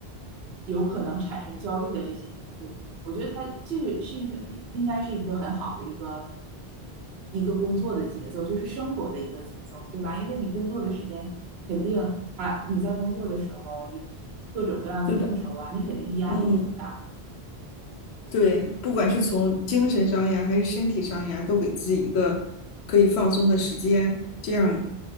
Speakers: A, on the right; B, on the left.
A: 有可能产生焦虑的这些因素，我觉得它这个是一个应该是一个很好的一个一个工作的节奏，就是生活的一个节奏，对吧？因为你工作的时间肯定啊，你在工作的时候，你各种各样的应酬啊，
B: 对吧？
A: 你肯定是压力比较大。
B: 嗯，对，不管是从精神上呀，还是身体上呀，都给自己一个可以放松的时间，这样